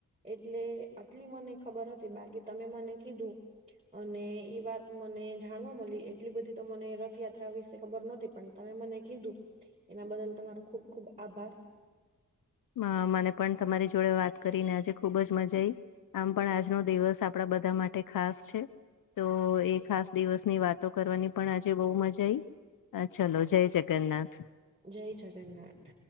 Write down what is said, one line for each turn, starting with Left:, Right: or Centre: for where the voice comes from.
Right: એટલે આટલી મને ખબર હતી બાકી તમે મને કીધું. અને ઈ વાત મને જાણવા મળી. એટલી બધી તો મને રથયાત્રા વિશે ખબર નતી પણ. તમે મને કીધું એના બદલ તમારો ખુબ ખુબ આભાર.
Left: હ મને પણ તમારી જોડે વાત કરીને આજે ખુબ જ મઝા આઈ. આમ પણ આજનો દિવસ આપણા બધા માટે ખાસ છે. તો એ ખાસ દિવસની વાતો કરવાની પણ આજે બહુ મઝા આઈ. હા ચલો જય જગન્નાથ.
Right: જય જગન્નાથ.